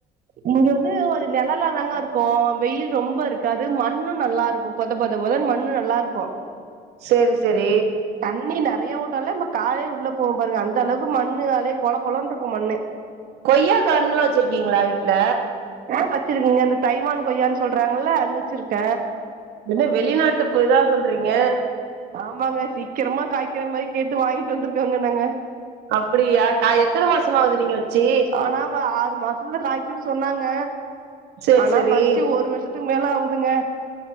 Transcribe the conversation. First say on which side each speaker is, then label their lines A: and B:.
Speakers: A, on the right; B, on the right.
A: இங்க வந்து ஒரு நெழலா தாங்க இருக் கும் வெயில் ரொம்ப இருக்காது மண்ணு நல்லா இருக்கும் பொத பொத பொதன்னு மண்ணு நல்லா இருக்கும்
B: சேரி செரி
A: தண்ணி நறைய ஊத்னாலே நம்ப காலே உள்ள போவும் பாருங்க அந்த அளவுக்கு மண்ணு அலே பொல பொலன்ருக்கு மண்ணு
B: கொய்யாக்கன்லா வச்சிருக்கீங்களா வீட்ல
A: ஆ வச்சிருகங்க அந்த தைவான் கொய்யான் சொல்றாங்கள்ல அது வச்சிருக்க
B: என்ன வெளிநாட்டு பேரா சொல்றீங்க
A: ஆமாங்க சீக்கிரமா காய்க்கிற மாரி கேட்டு வாய்ங்ட்டு வந்துருக்கோங்க நாங்க
B: அப்படியா காய் எத்தன மாசமாகுது நீங்க வச்சி
A: ஆனா வ ஆறு மாசத்துல காய்க்குன் சொன்னாங்க
B: சரி,
A: ஆனா
B: சரி.
A: வச்சு ஒரு வர்ஷத் துக்கு மேல ஆவுதுங்க